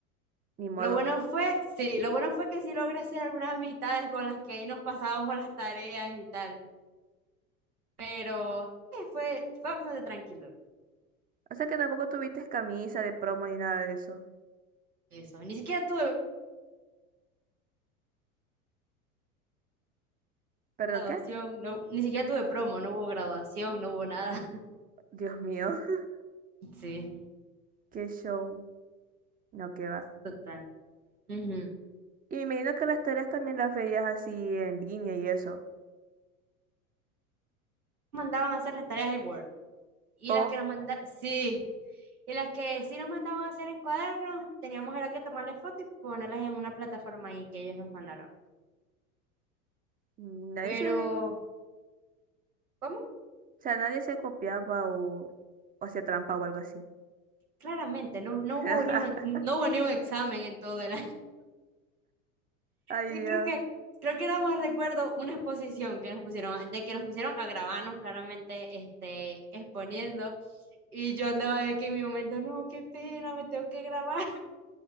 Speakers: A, on the right (about 20°); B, on the right (about 90°).
A: Ni modo.
B: lo bueno fue, sí, lo bueno fue que sí logré hacer algunas amistades con las que ahí nos pasábamos las tareas y tal. Pero eh, fue, fue bastante tranquilo
A: O sea que tampoco tuviste camisa de promo ni nada de eso.
B: eso. Ni siquiera tuve
A: ¿Perdón
B: graduación,
A: qué?
B: no, ni siquiera tuve promo, no hubo graduación, no hubo nada. <laughs>
A: Dios mío, <laughs>
B: Sí,
A: qué show. No, qué va.
B: total. Ujú.
A: Y me imagino que las tareas también las veías así en línea y eso.
B: Mandaban a hacer las tareas en Word. Y
A: O
B: las que nos mandaban, sí. Y las que sí nos mandaban a hacer en cuadernos, teníamos era que tomarle fotos y ponerlas en una plataforma ahí que ellos nos mandaron.
A: nadie
B: Pero,
A: se, o
B: ¿cómo?
A: sea, nadie se copiaba o, o hacía trampa o algo así.
B: Claramente, no, no
A: <laughs>
B: hubo ni un, ex- no hubo ni un examen en todo el
A: Ay,
B: Y
A: Dios,
B: creo que, creo que era más recuerdo una exposición que nos pusieron, de que nos pusieron a grabarnos claramente, este, exponiendo. Y yo andaba aquí en mi momento, no, qué pena, me tengo que grabar.